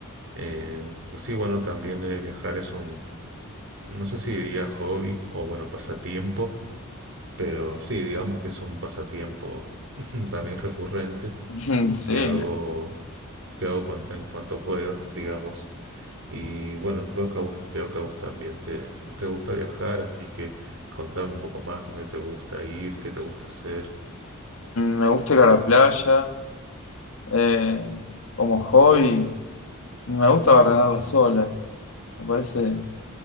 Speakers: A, on the right; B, on the left.
A: Eh, porque sí, bueno, también eh, viajar es un, no sé si diría hobby o bueno, pasatiempo, pero sí, digamos que es un pasatiempo <laughs> también recurrente
B: <laughs> Sí,
A: que hago que hago cuan- en cuanto puedo, digamos. Y bueno, veo que a vos, veo que a vos también te, te gusta viajar, así que contame un poco más dónde te gusta ir, qué te gusta hacer.
B: me gusta ir a la playa. eh, como hobby, me gusta barrenar las olas. Me parece